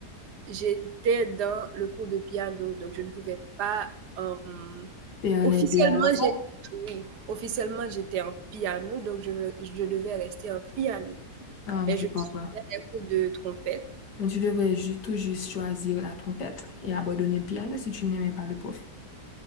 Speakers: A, on the right; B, on the left.
A: j'étais dans le cours de piano, donc je ne pouvais pas. euh,
B: Faire
A: officiellement,
B: les deux à la fois?
A: j'ai oui, officiellement j'étais en piano, donc je, je devais rester en piano.
B: Ah,
A: Mais
B: je
A: je
B: comprends.
A: suivais des cours de trompette.
B: Tu devrais ju- tout juste choisir la trompette et abandonner le piano si tu n'aimais pas le prof.